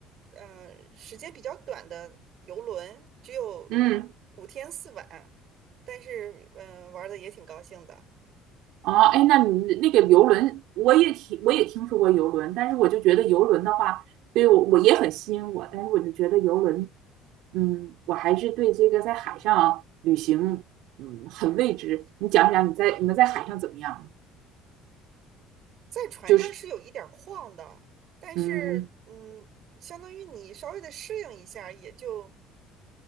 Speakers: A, on the right; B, on the right.
A: 嗯，时间比较短的游轮，只有
B: 嗯，
A: 五天四晚，但是嗯、呃玩的也挺高兴的。
B: 哦，哎，那你那个游轮，我也听我也听说过游轮，但是我就觉得游轮的话，对我我也很吸引我，但是我就觉得游轮，嗯，我还是对这个在海上旅行，嗯，很未知。你讲讲你在你们在海上怎么样？
A: 在船上是有一点儿晃的，
B: 就是，
A: 但是嗯，
B: 嗯，
A: 相当于你稍微的适应一下儿也就